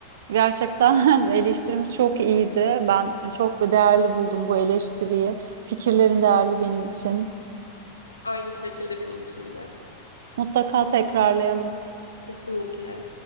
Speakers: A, on the right (about 60°); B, on the left (about 85°).
A: Gerçekten <laughs> eleştirimiz çok iyiydi. Ben çok değerli buldum bu eleştiriyi. Fikirlerin değerli benim için.
B: Aynı şekilde benim için de.
A: Mutlaka tekrarlayalım.
B: Kesinlikle.